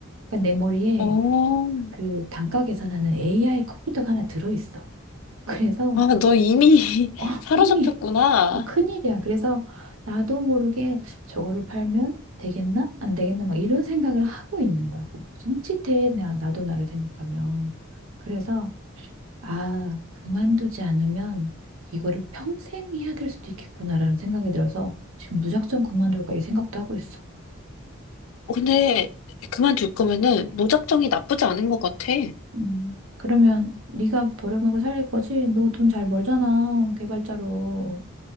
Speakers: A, on the right (about 75°); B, on the left (about 85°).
A: 그러니까 내 머리에
B: 어.
A: 그 단가 계산하는 AI 컴퓨터가 하나 들어있어. 그래서
B: 아, 너 이미 <laughs>
A: 어,
B: 사로잡혔구나.
A: 이미 어, 큰일이야. 그래서 나도 모르게 저거를 팔면 되겠나? 안 되겠나? 막 이런 생각을 하고 있는 거야. 섬찟해. 나, 나도 나를 생각하면. 그래서 아, 그만두지 않으면 이거를 평생 해야 될 수도 있겠구나라는 생각이 들어서 지금 무작정 그만둘까 이 생각도 하고 있어.
B: 어, 근데 그만둘 거면은 무작정이 나쁘지 않은 것 같아.
A: 음, 그러면 네가 버려먹고 살릴 거지? 너 돈 잘 벌잖아, 개발자로.